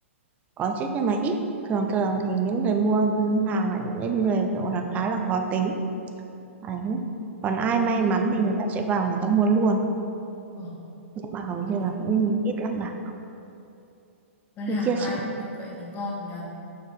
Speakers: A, on the right; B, on the left.
A: có chứ nhưng mà ít thường thường thì những người mua hàng là những người kiểu là khá là khó tính Đấy. Còn ai may
B: ừ
A: mắn thì người ta sẽ vào người ta mua luôn
B: ờ
A: nhưng mà hầu như
B: thế thì
A: là cũng ít lắm bạn
B: bán
A: khi
B: hàng
A: chia
B: mà
A: sẻ
B: ai cũng được vậy thì ngon nhở